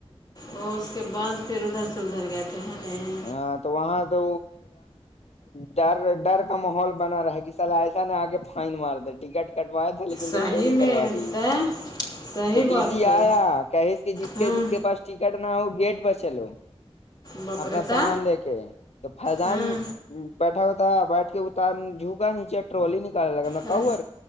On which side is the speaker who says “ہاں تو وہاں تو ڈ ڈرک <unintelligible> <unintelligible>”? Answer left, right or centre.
Left